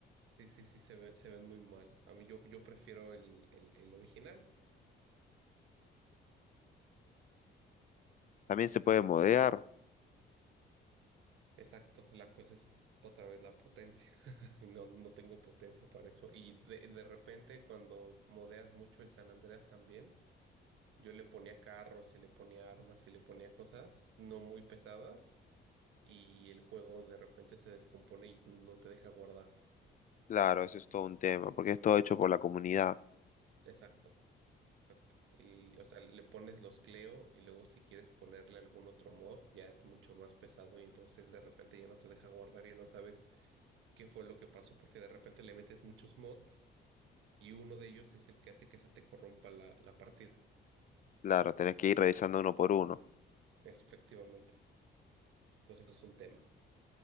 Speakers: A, on the right; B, on the left.
A: sí, sí, sí, se ve- se ven muy mal. A mí yo, yo prefiero el, el, el original.
B: También se puede modear,
A: Exacto, la cosa es otra vez la potencia. <laughs> No, no tengo potencia para eso. Y de, de repente cuando modeas mucho el San Andreas también, yo le ponía carros y le ponía armas y le ponía cosas no muy pesadas y el juego de repente se descompone y n- no te deja guardar.
B: claro, eso es todo un tema, porque es todo hecho por la comunidad.
A: Exacto, exacto. Y o sea, le pones los Cleo y luego si quieres ponerle algún otro mod ya es mucho más pesado y entonces de repente ya no te deja guardar y no sabes qué fue lo que pasó porque de repente le metes muchos mods y uno de ellos es el que hace que se te corrompa la, la partida,
B: Claro, tenés que ir revisando uno por uno.
A: efectivamente. Entonces es un tema.